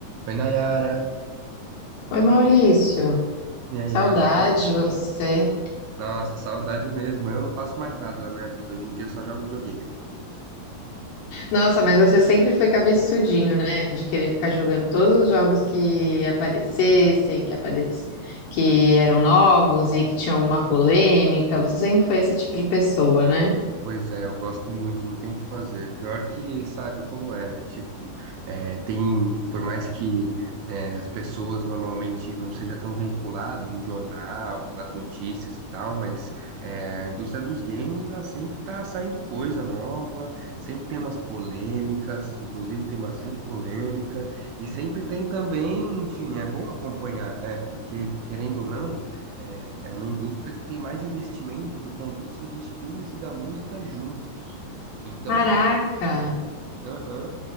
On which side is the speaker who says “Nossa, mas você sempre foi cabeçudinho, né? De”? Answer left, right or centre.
Left